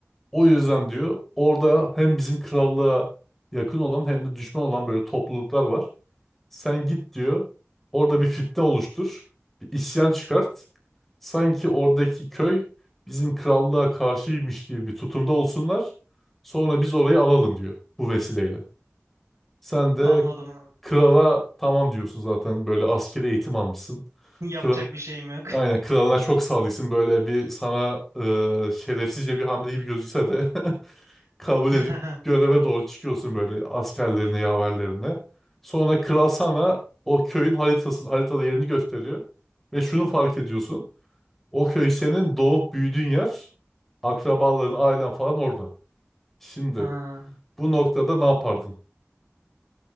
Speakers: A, in the centre; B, on the right.
A: O yüzden diyor orada hem bizim krallığa yakın olan hem de düşman olan böyle topluluklar var. Sen git diyor. Orada bir fitne oluştur. Bir isyan çıkart. Sanki oradaki köy bizim krallığa karşıymış gibi bir tutumda olsunlar. Sonra biz orayı alalım diyor bu vesileyle. Sen de
B: Anladım abi.
A: krala tamam diyorsun zaten böyle askeri eğitim almışsın.
B: <laughs> Yapacak
A: Kral,
B: bir şeyim yok.
A: aynen kralına çok sadıksın böyle bir sana e, şerefsizce bir hamle gibi gözükse de <laughs> kabul edip
B: <laughs>
A: göreve doğru çıkıyorsun böyle askerlerine, yaverlerine. Sonra kral sana o köyün haritasını, haritada yerini gösteriyor. Ve şunu fark ediyorsun. O köy senin doğup büyüdüğün yer. Akrabaların, ailen falan orada. Şimdi
B: Ha,
A: bu noktada ne yapardın?